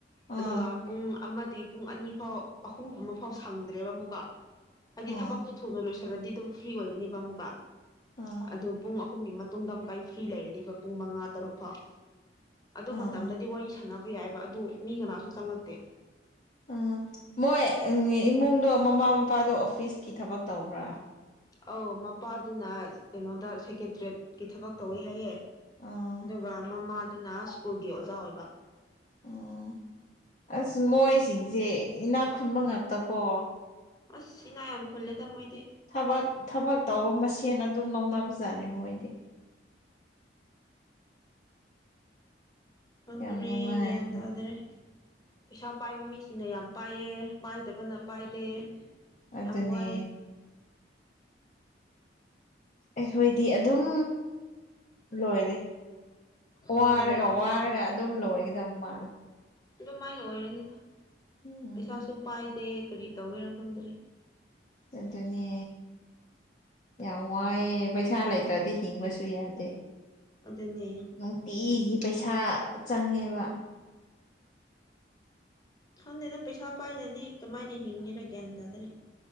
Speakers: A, on the left; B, on the left.
A: ꯑꯣ
B: ꯑꯗꯨꯒ ꯄꯨꯡ ꯑꯃꯗꯤ ꯄꯨꯡ ꯑꯅꯤ ꯐꯥꯎ ꯑꯍꯨꯝꯒꯨꯝꯕ ꯐꯥꯎ ꯁꯪꯗ꯭ꯔꯦꯕ ꯑꯃꯨꯛꯀ ꯍꯥꯏꯗꯤ
A: ꯑꯣ
B: ꯊꯕꯛꯇꯨ ꯊꯨꯅ ꯂꯣꯏꯁꯤꯜꯂꯗꯤ ꯑꯗꯨꯝ ꯐ꯭ꯔꯤ ꯑꯣꯏꯒꯅꯤꯕ ꯑꯃꯨꯛꯀ
A: ꯑꯣ
B: ꯑꯗꯨ ꯄꯨꯡ ꯑꯍꯨꯝꯒꯤ ꯃꯇꯨꯡꯗ ꯑꯃꯨꯛꯀꯥ ꯑꯩ ꯐ꯭ꯔꯤ ꯂꯩꯔꯅꯤꯕ ꯄꯨꯡ ꯃꯉꯥ ꯇꯔꯨꯛ ꯐꯥꯎ ꯑꯗꯨ
A: ꯑꯣ
B: ꯃꯇꯝꯗꯗꯤ ꯋꯥꯔꯤ ꯁꯥꯟꯅꯕ ꯌꯥꯏꯕ ꯑꯗꯨ ꯃꯤ ꯀꯅꯥꯁꯨ ꯆꯪꯉꯛꯇꯦ
A: ꯎꯝ ꯃꯣꯏ ꯏꯃꯨꯡꯗꯣ ꯃꯃꯥ ꯃꯄꯥꯗꯣ ꯑꯣꯐꯤꯁꯀꯤ ꯊꯕꯛ ꯇꯧꯕ꯭ꯔꯥ
B: ꯑꯧ ꯃꯄꯥꯗꯨꯅ ꯀꯩꯅꯣꯗ ꯁꯦꯀꯦꯇꯔꯤꯠꯌ‌ꯦꯠꯀꯤ ꯊꯕꯛ ꯇꯧꯋꯤ ꯍꯥꯏꯌꯦ
A: ꯑꯣ
B: ꯑꯗꯨꯒ ꯃꯃꯥꯗꯨꯅ ꯁ꯭ꯀꯨꯜꯒꯤ ꯑꯣꯖꯥ ꯑꯣꯏꯕ
A: ꯑꯣ ꯑꯁ ꯃꯣꯏꯁꯤꯡꯁꯦ ꯏꯅꯥꯛ ꯈꯨꯟꯕ ꯉꯥꯛꯛꯇꯀꯣ
B: ꯑꯁ ꯏꯅꯥ ꯌꯥꯝ ꯈꯨꯜꯂꯦꯗ ꯃꯣꯏꯗꯤ
A: ꯊꯕꯛ ꯊꯕꯛ ꯇꯧꯕ ꯃꯁꯦꯟ ꯑꯗꯨꯝ ꯂꯧꯅꯕꯖꯥꯠꯅꯤ ꯃꯣꯏꯗꯤ
B: ꯈꯪꯗ꯭ꯔꯦ
A: ꯌꯥꯝ ꯅꯨꯡꯉꯥꯏꯅ
B: ꯒ꯭ꯌꯥꯟ ꯇꯥꯗꯔꯦ ꯄꯩꯁꯥ ꯄꯥꯏꯕ ꯃꯤꯁꯤꯅ ꯌꯥꯝ ꯄꯥꯏꯑ‌ꯦ ꯄꯥꯏꯗꯕꯅ ꯄꯥꯏꯗꯦ
A: ꯑꯗꯨꯅꯦ
B: ꯌꯥꯝ ꯋꯥꯏꯑꯦ
A: ꯑꯩꯈꯣꯏꯗꯤ ꯑꯗꯨꯝ ꯂꯣꯏꯔꯦ ꯋꯥꯔꯒ
B: ꯎꯄꯥꯏ ꯂꯩꯇꯦ
A: ꯋꯥꯔꯒ ꯑꯗꯨꯝ ꯂꯣꯏꯒꯗꯕ ꯃꯥꯜꯂꯦ
B: ꯑꯗꯨꯃꯥꯏꯅ ꯑꯣꯏꯔꯅꯤꯗ
A: ꯎꯝ
B: ꯄꯩꯁꯥꯁꯨ ꯄꯥꯏꯗꯦ ꯀꯔꯤ ꯇꯧꯒꯦꯔꯥ ꯈꯪꯗ꯭ꯔꯦ
A: ꯑꯗꯨꯅꯦ ꯌꯥꯝ ꯋꯥꯏꯑꯦ ꯄꯩꯁꯥ ꯂꯩꯇ꯭ꯔꯗꯤ ꯍꯤꯡꯕꯁꯨ ꯁꯨ ꯌꯥꯗꯦ
B: ꯑꯗꯨꯅꯦ
A: ꯅꯨꯡꯇꯤꯒꯤ ꯄꯩꯁꯥ ꯆꯪꯉꯦꯕ
B: ꯈꯪꯗꯦꯗ ꯄꯩꯁꯥ ꯄꯥꯏꯗꯗꯤ ꯀꯃꯥꯏꯅ ꯍꯤꯡꯉꯔꯥ ꯒꯌꯥꯟ ꯇꯥꯗ꯭ꯔꯦ